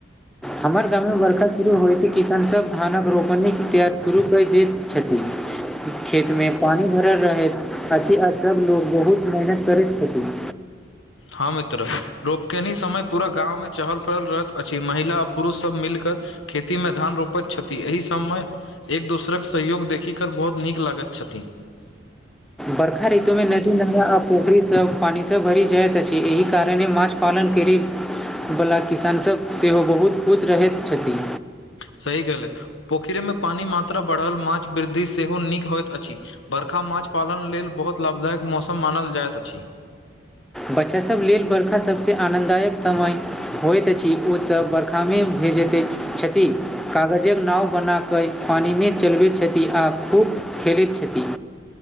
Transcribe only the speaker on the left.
हँ मित्र रोपकेनी समय पूरा गाँवमे चहल पहल रहैत अछि महिला आ पुरुषसभ मिलकर खेती मे धान रोपैत छथि एहि समय एक दोसरक सहयोग देखी कर बहुत नीक लागैत छथिन
सही गेलै पोखरि मे पानी मात्रा बढ़ल माछ वृद्धि सेहो नीक होइत अछि बरखा माछ पालन लेल बहुत लाभदायक मौसम मानल जाइत अछि